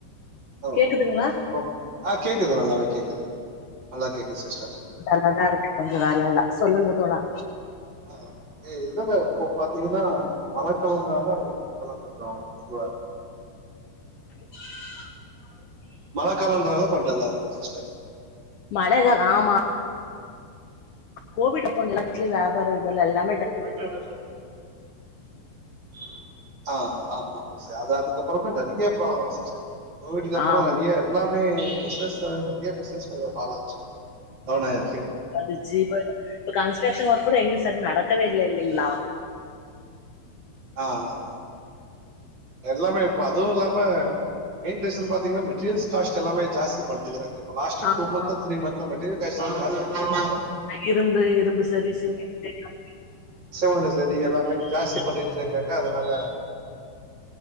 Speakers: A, on the right; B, on the left.
A: ஆ
B: கேக்குதுங்களா
A: ஓகே சிஸ்டர் இப்ப ஆ கேக்குது நல்லாவே கேக்குது நல்லா கேக்குது சிஸ்டர்
B: டல்லாதா இருக்கு கொஞ்சொ வேலல்லா சொல்லுங்க தோழா
A: அ எ இதுல இப்ப பாத்தீங்கன்னா மழக்காலொன்னால அது இப்பலா கொஞ்சோ இதுவா இருக்கு
B: மே
A: மழ காலொன்றால கொஞ் டல்லா இருக்கு சிஸ்டர்
B: மழ கால் ஆமா கோவிட் அப்போ வந்து எல்லா எடத்துலயு வியாபார இதுலல்லா
A: து போயிட்டாங்க <unintelligible> ஆ ஆமாமா ச அது அதுக்கப்புறமா நெறைய ப்ராள வந்துச்சுச்ச கோவிட்டுக்கு அப்பரோ
B: ஆமா
A: நெறைய எல்லாமே பிஸ்னஸ் வு நெறையே பிஸ்னஸ் ஃபாலாச்சு டவுன் ஆயிர்க்கு
B: பதிச்சு இப்ப இப்ப கன்ஸ்ட்ரக்ஷன் ஒர்க் கூட எங்கு சரி நடக்கவே இல்லைங்களா
A: ஆ ஆமா எல்லாமே இப்போ அதுவு இல்லாம மெயின் ரீசன் பாத்தீங்கன்னா மெட்டீரியல்ஸ் காஸ்ட் எல்லாமே ஜாஸ்தி பண்ணிட்டுருக்காங்க இப்ப லாஸ்ட்டா
B: ஆமா
A: டூ மந்தா த்ரீ மந்தா மெட்டீரியல் காஸ்ட் லா ஜாஸ்தி பன்னிருக்காங்க
B: இரும்பு இரும்பு சர்வீஸ் <inaudible>
A: சிமுண்ட்டு ஜல்லி எல்லாமே ஜாஸ்தி பண்ணிட்டு இருக்காங்க அதனால